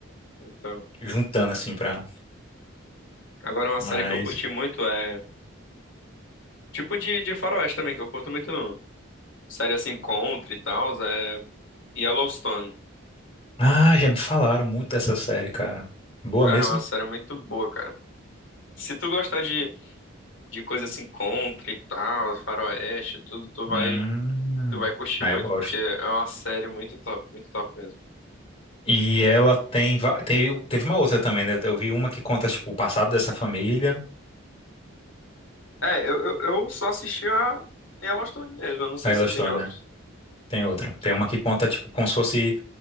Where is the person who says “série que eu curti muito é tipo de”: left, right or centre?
Left